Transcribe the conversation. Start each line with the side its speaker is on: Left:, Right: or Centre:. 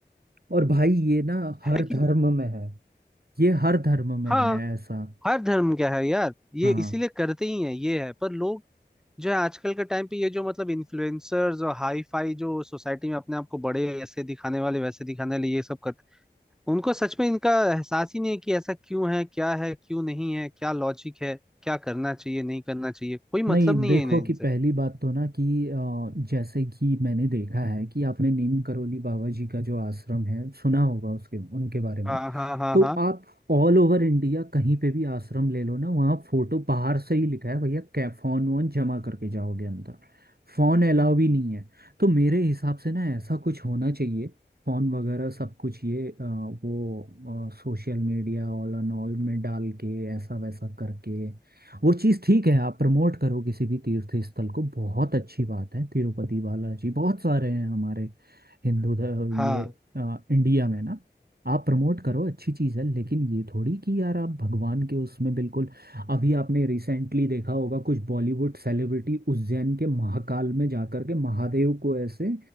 Right: और भाई ये ना हर
Centre: है कि नहीं
Right: धर्म में है ये हर धर्म में
Centre: हाँ
Right: है ऐसा
Centre: हर धर्म क्या है यार ये
Right: हाँ
Centre: इसीलिए करते ही है ये है पर लोग जो है आजकल के टाइम पे ये जो मतलब इन्फ्लुएंसर्स और हाई फाई जो सोसाइटी में अपने आप को बड़े ऐसे दिखाने वाले वैसे दिखाने वाले ये सब करते हैं उनको सच में इनका एहसास ही नहीं है कि ऐसा क्यों है क्या है क्यों नहीं है क्या लॉजिक है क्या करना चाहिए नहीं करना चाहिए कोई मतलब
Right: नहीं
Centre: नहीं
Right: देखो
Centre: है इन्हें इनसे
Right: कि पहली बात तो ना कि अ, जैसे कि मैंने देखा है कि आपने नीम करोली बाबा जी का जो आश्रम है सुना होगा उसके उनके बारे में
Centre: हाँ हाँ हाँ
Right: तो
Centre: हाँ
Right: आप ऑल ओवर इंडिया कहीं पे भी आश्रम ले लो ना वहाँ फोटो बाहर से ही लिखा है भैया कै फोन वोन जमा करके जाओगे अंदर फोन अलाउ भी नहीं है तो मेरे हिसाब से ना ऐसा कुछ होना चाहिए फोन वगैरह सब कुछ ये अ, वो social media all and all में डाल के ऐसा वैसा करके वो चीज़ ठीक है आप प्रमोट करो किसी भी तीर्थ स्थल को बहुत अच्छी बात है तिरुपति बालाजी बहुत सारे हैं हमारे हिंदू ध-
Centre: हाँ
Right: ये अ, इंडिया में ना आप प्रमोट करो अच्छी चीज़ है लेकिन ये थोड़ी कि यार आप भगवान के उसमें बिल्कुल अभी आपने रिसेंटली देखा होगा कुछ बॉलीवुड सेलिब्रिटी उज्जैन के महाकाल में जाकर के महादेव को ऐसे